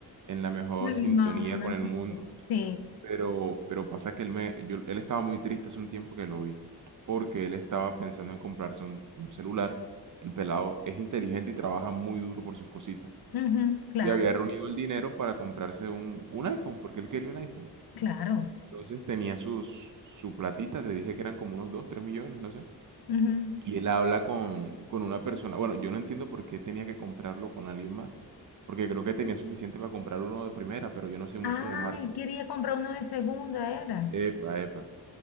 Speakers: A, on the right (about 50°); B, on the left (about 70°).
A: en la mejor
B: La misma
A: sintonía
B: onda.
A: con el
B: que-
A: mundo,
B: Sí,
A: Pero, pero pasa que él me, yo, él estaba muy triste hace un tiempo que lo vi, porque él estaba pensando en comprarse un, un celular. El pelado es inteligente y trabaja muy duro por sus cositas.
B: ujú, claro,
A: Y había reunido el dinero para comprarse un, un iPhone, porque él quería un iPhone.
B: claro.
A: Entonces tenía sus, su platita, te dije que eran como unos 2, 3 millones, no sé.
B: ujú.
A: Y él habla con, con una persona. Bueno, yo no entiendo por qué tenía que comprarlo con alguien más, porque creo que tenía suficiente para comprar uno de primera, pero yo no sé mucho
B: Ah,
A: de marcas.
B: él quería comprar uno de segunda, era.
A: Epa, epa.